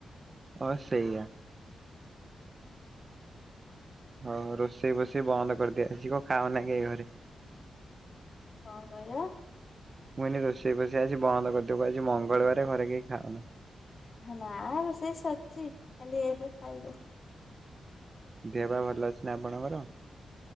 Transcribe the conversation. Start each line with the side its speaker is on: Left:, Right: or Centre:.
Right: ହଁ ସେଇଆ। ହଁ ରୋଷେଇ ଫୋଷେଇ
Left: ଖାଉଛି।
Right: ବନ୍ଦ କରିଦିଆ ହେଇଚି କଁ ଖାଅନା କେଇ ଘରେ?
Left: କଣ କହିଲ?
Right: ମୁଁ କହିଲି ରୋଷେଇ ଫୋଷେଇ ଆଜି ବନ୍ଦ କରିଦେବୁ ଆଜି ମଙ୍ଗଳବାର ଘରେ କେହି ଖାଅନା।
Left: ନା ରୋଷେଇ ସରିଛି ଖାଲି ଏବେ ଖାଇବୁ।
Right: ଦେହ ପା ଭଲ ଅଛି ନା ଆପଣଙ୍କର?